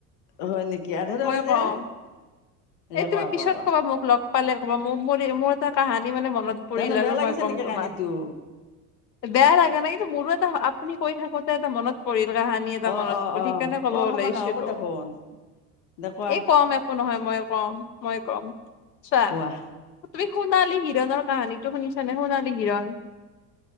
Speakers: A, on the left; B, on the left.
A: হয় নেকি আধৰুৱা
B: মই
A: হ'ল
B: কওঁ
A: যে। দে
B: এই
A: কোৱা
B: তুমি
A: কোৱা
B: পিছত
A: কোৱা
B: কবা মোক লগ পালে কবা মোৰ - মোৰ এটা কাহানী মানে মনত পৰিল
A: তাৰমানে
B: আৰু
A: বেয়া লাগিছে
B: মই ক'ম
A: নেকি
B: তোমাক
A: কানীটো?
B: বেয়া লাগে ন কিন্তু মোৰো এটা আপুনি কৈ থাকোতে এটা মনত পৰিল কাহানি এটা
A: অ'
B: মনত
A: অ'
B: পৰিল
A: অ'
B: সিকাৰণে ক'ব
A: অ'
B: ওলাইছিলো।
A: সময় নহ'ব দেখোন দে কোৱা
B: এই কম একো নহয় মই কম ময় কম চোৱা
A: কোৱা।
B: তুমি সোণালী হিৰণৰ কাহানীটো শুনিছানে সোণালী হিৰণ?